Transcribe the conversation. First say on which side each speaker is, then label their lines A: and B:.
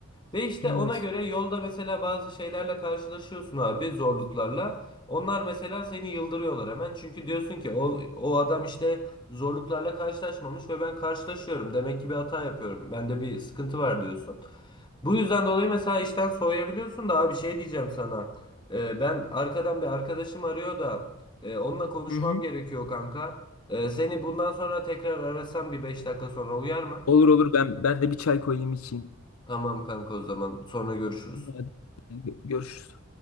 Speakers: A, on the left (about 20°); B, on the left (about 85°).
A: Ve işte
B: Evet.
A: ona göre yolda mesela bazı şeylerle karşılaşıyorsun abi zorluklarla. Onlar mesela seni yıldırıyorlar hemen. Çünkü diyorsun ki o, o adam işte zorluklarla karşılaşmamış ve ben karşılaşıyorum. Demek ki bir hata yapıyorum. Bende bir sıkıntı var diyorsun. Bu yüzden dolayı mesela işten soğuyabiliyorsun da abi şey diyeceğim sana. Ee, ben arkadan bir arkadaşım arıyor da e, onunla konuşmam
B: Hı hı.
A: gerekiyor kanka. Ee, seni bundan sonra tekrar arasam bir 5 dakika sonra uyar mı?
B: Olur olur ben ben de bir çay koyayım içeyim.
A: Tamam kanka o zaman sonra görüşürüz.
B: Hadi, Görüşürüz.